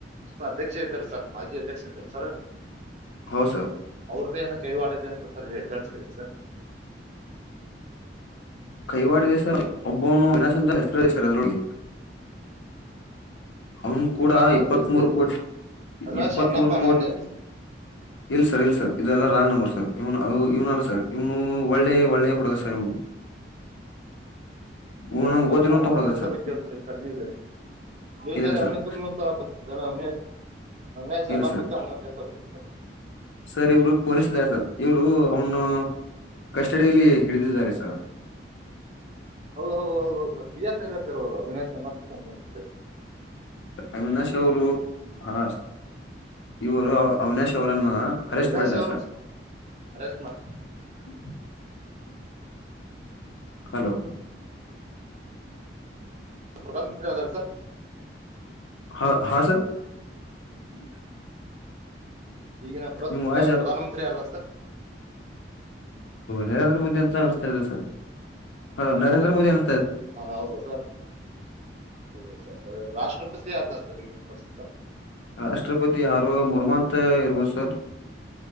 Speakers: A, on the right (about 40°); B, on the left (about 80°).
A: ಅಧ್ಯಕ್ಷ ಇದ್ದರು ಸರ್ ಮಾಜಿ ಅಧ್ಯಕ್ಷ ಇದ್ದರು ಸರ್
B: ಹೌದ್ ಸರ್
A: ಅವ್ರದ್ದೇ ಏನ ಕೈವಾಡ ಅಂತ ಸರಿ ಕಳ್ಪಿಟ್ಟಿದ್ದೀನಿ ಸರ್
B: ರ್ ಒಬ್ಬನು ವಿನಶಂತ ಹೆಸರು ದಸರ್ ಅದ್ರಲ್ಲಿ ಅವನ್ ಕೂಡ
A: ಹಾ ಹಾ
B: ಇಪ್ಪತ್ತ್
A: ಇದು
B: ಮೂೂರು
A: ಇದು
B: ಕೋಟಿ
A: ಅವಿನಾಶ್
B: ಇಪ್ಪತ್ತ್
A: ಅಣ್ಣಪ್ಪ
B: ಮೂೂರು
A: ಅನಗಂಡೆ
B: ಕೋಟಿ.
A: ಏನ್
B: ಇಲ್ ಸರ್ ಇಲ್ ಸರ್. ಇದೆಲ್ಲಾ ರಾಂಗ್ ನಂಬರ್ ಸರ್ ಇವನು ಇವ್ನಲ್ಲ ಅ ಸರ್ ಇವ್ನು ಒಳ್ಳೆ ಒಳ್ಳೇ ಹುಡಗ ಸರ್ ಇವನು. <inaudible> ಇವನು
A: ಹೌದಾ
B: ನಂಗೆ
A: ಸರ್
B: ಗೊತ್ತಿರುವಂತ
A: ನಾವು ಅವನ
B: ಹುಡುಗ
A: ಹೆಸರು
B: ಸರ್
A: ಕೇಳ್ತ ಪಟಿದೀವಿ ಸರ್ ನೀವಲ್ಲಿ. ನೀವುಸ್ಲ್ಲ
B: ಇಲ್ಲ
A: ಅವನ
B: ಸರ್
A: ಹೆವರು ಸ ಬಂದ ಅವ ಅಣ್ಣೇಶ್
B: ಇಲ್ಲ ಸರ್
A: ಮುು ಅಣಗಟೆ ಅಂತ ಬಂದ <inaudible>
B: ಸರ್ ಇವರು ಪೊಲೀಸ್ ಇದಾರೆ ಸರ್ ಇವ್ರು ಅವನು, ಕಸ್ಟಡಿಯಲಿ ಹಿಡಿದಿದ್ದಾರೆ ಸ
A: ಹೌದೌದು ಹೌದೌದು ಸರ್ ಪಿಯಸ್ ಇ ಸರ್ ಹೋಗುವ ವಿನಾಶ ನ್ರೆ
B: ಅವಿನಾಶ್ ಅವರು ಹಾ ಇವರು ಅವಿನಾಶ್ ಅವರನ್ನ. ಅರೆಸ್ಟ್
A: ಅವಿನಾಶ್
B: ಮಾಡಿದ್ದಾರೆ
A: ಅವರು
B: ಸರ್
A: ಅರೆಸ್ಟ್ ಮಾ.
B: <inaudible> ಹಲೋ.
A: ಪ್ರಧಾನ ಮಂತ್ರಿ ಆದಾರ ಸರ್.
B: ಹಾ ಹಾ ಸರ್ <inaudible>
A: ಈಗಿನ ಪ್ರಸ್ತುತ
B: ನಿಮ್ಮ ವಾಯ್ಸ್
A: ಪ್ರಧಾನಮಂತ್ರಿ ಯಾರ ಇದಾರ ಸರ್.
B: ನರೇಂದ್ರ ಮೋದಿ ಅಂತ ಅನಸ್ತಾ ಇದೆ ಸರ್ ಹ ನರೇಂದ್ರ ಮೋದಿ ಅನ್
A: ಹಾ ಹೌದಾ ಸರ್. ಹೌ ಸರ್ ರಾಷ್ಟ್ರಪತಿ ಯಾರ ಅದಾರ ಈಗ ಪ್ರಸ್ತುತ.
B: ರಾಷ್ಟ್ರಪತಿ ಯಾರೋ ಮುರ್ಮಾಂತ ಇರ್ಬೋದು ಸರ್.